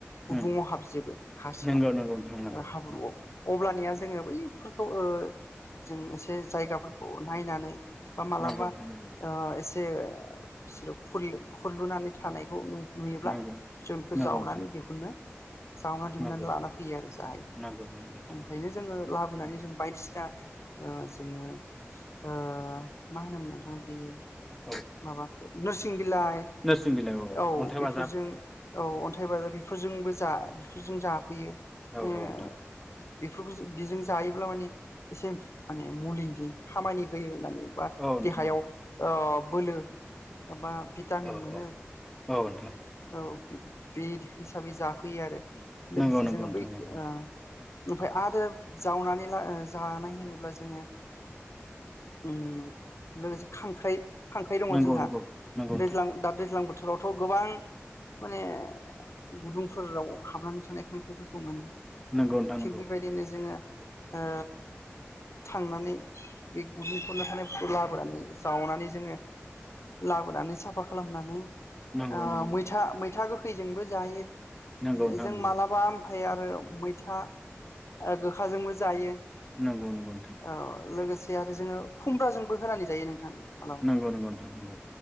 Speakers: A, on the left (about 75°); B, in the centre.
A: गुदुङाव
B: उम
A: हाबजोबो हा सिङाव
B: नंगौ नंगौ नोंथां नंगौ
A: ओ हाब्रुआव
B: नंगौ
A: अब्लानिया
B: औ
A: जोङो बै फोरखौ ओ जों एसे जायगाफोरखौ नायनानै बा मालाबा
B: नंगौ नोंथां नंगौ
A: ओ इस जे बिसोरो खरलु खरलुनानै थानायखौ नु नुयोब्ला
B: नंगौ
A: जों बिखौ
B: नंगौ
A: जावनानै
B: नोंथां
A: दिहुननो जावना दिहुननानै
B: नंगौ
A: लाना फैयो आरो जायो
B: नंगौ नंगौ नोंथां
A: ओमफायनो जोङो लाबोनानै
B: नंगौ
A: जों बायदिसिना ओ जोङो ओ मा होनोमोन नोंथां बेयो
B: औ
A: माबा नोरसिं बिलाइ
B: नोरसिं बिलाइ
A: औ
B: अन्थाइ
A: बेफोरजों
B: बाजाब
A: औ अन्थाय बाजाब इफोरजोंबो जा बेफोरजों जाफैयो
B: औ औ
A: ओ
B: नोंथां
A: बेफोरखौ जों बेजों जायोब्ला माने एसे माने मुलिनि खामानि होयो होननानै बा
B: औ नोंथां
A: देहायाव ओब बोलो एबा भिटामिन
B: औ
A: मोनो
B: औ औ
A: औ बि बि हिसाबै जाफैयो आरो
B: नंगौ
A: लोगोसे
B: नंगौ
A: जोङो
B: नोंथां
A: बैखौ
B: नंगौ
A: ओ ओमफ्राय आरो जावनानै ला जानाय होनोब्ला जोङो उम लोगोसे खांख्राइ खांख्राइ दङ
B: नंगौ
A: जोंहा
B: नंगौ
A: दैज्लां दा दैज्लां बोथोराव थ' गोबां माने गुदुंफोराव हाबनानै थानाय खांख्राइफोरखौ माने
B: नंगौ नोंथां
A: थिग बेबायदिनो जोङो ओ थांनानै बे गुदुं खुरना‌ थानायफोरखौ लाबोनानै जावनानै जोङो लाबोनानै साफा खालामनानै
B: नंगौ
A: ओ
B: नंगौ नोंथां
A: मैथा मैथा गोखैजोंबो जायो
B: नंगौ नंगौ
A: जों मालाबा ओमफ्राय आरो मैथा ओ गोखा जोंबो जायो
B: नंगौ नंगौ नोंथां
A: ओ लोगोसे आरो जोङो खुमब्राजोंबो होनानै जायो नोंथां हेलौ ओ
B: नंगौ नोंथां नंगौ नंगौ नोंथां नंगौ नोंथां नंगौ